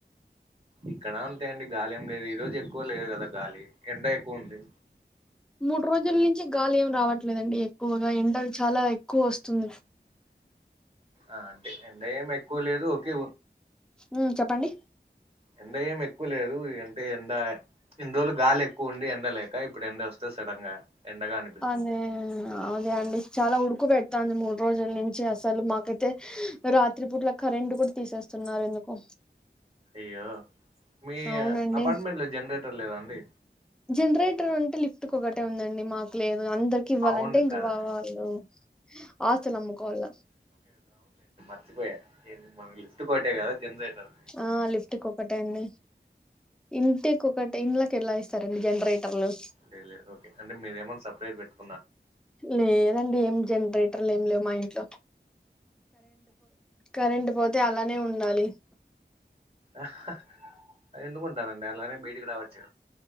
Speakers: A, on the right; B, in the centre.
A: ఇక్కడ అంతే అండి గాలి ఏం లేదు ఈ రోజు ఎక్కువ లేదు కదా గాలి ఎండ ఎక్కువ ఉంది
B: మూడు రోజుల నుంచి గాలి ఏం రావట్లేదండి ఎక్కువగా ఎండలు చాలా ఎక్కువ వస్తుంది
A: ఆ అంటే ఎండ ఏం ఎక్కువ లేదు ఓకే
B: మ్ చెప్పండి
A: ఎండ ఏమి ఎక్కువ లేదు అంటే ఎండ ఇన్ని రోజులు గాలి ఎక్కు. ఉండి ఎండలేక ఇప్పుడు ఎండ వస్తే సడన్ గా, ఎండగా అనిపిస్తుంది
B: అదే ఆ హే ఆ ఆ అదే అండి చాలా ఉడుకు పెడతాంది మూడు రోజుల నుంచి అసలు మాకైతే, రాత్రి పూట్లా కరెంట్ కూడా తీసేస్తున్నారు ఎందుకో,
A: అయ్యో మీ
B: అవునండి
A: అపార్ట్మెంట్ లో జనరేటర్ లేదా అండి.
B: జనరేటర్ అంటే లిఫ్ట్ ఒకటే ఉందండి మాకు, లేదు అందరికి ఇవ్వాలంటే
A: అవును
B: ఇంకా
A: కదా
B: వావాళ్ళు ఆస్తులు అమ్ముకోవాలనా.
A: మచ్చిపోయా మనం లిఫ్ట్ కొట్టే కదా జనరేటర్.
B: ఆ లిఫ్ట్కి ఒకటే అండి. ఇంటికి ఒకటి ఇంళకి ఎలా ఇస్తారండి జనరేటర్లు.
A: డీ లేర్ ఓకే అంటే మీరుేమన్నా సపరేట్ పెట్టుకో
B: లేదండి ఏం జనరేట్. ఇన్ టర్లుం లేవు మా ఇంట్లో కరెంట్ పోతే అలానే ఉండాలి.
A: ఆహ అది ఎందుకుంటనండి అలానే బయటికి రావచ్చు.